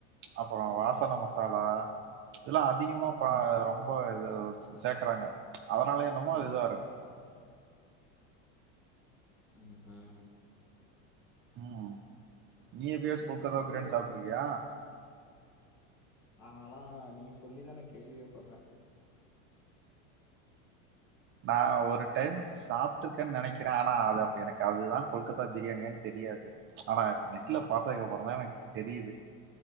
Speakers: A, on the right (about 35°); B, on the left (about 80°).
A: அப்பற
B: ம்,
A: வாசன மசாலா இதெல்லா அதிகமா
B: ம்,
A: ரொம்ப இது சேக்குறாங்க அதனால என்னமோ அது
B: ம்,
A: இதா இருக்கு
B: ம் ஹு ம்
A: ம் நீ எப்பயாச்சு கொல்கத்தா
B: அப்படி
A: பிரியாணி சாப்ட்ருக்கியா
B: நாலா நீ சொல்லிதா நா கேள்வியேப்படுற
A: நா ஒரு டைம் சாப்ட்டு இருக்கன் நெனைக்கிற ஆனா அது அப்ப எனக் அதுதா கொல்கத்தா பிரியாணியானு தெரியாது ஆனா நெட்ல
B: நான்
A: பாத்ததுக்கு அப்பறோதா எனக்கு தெரியிது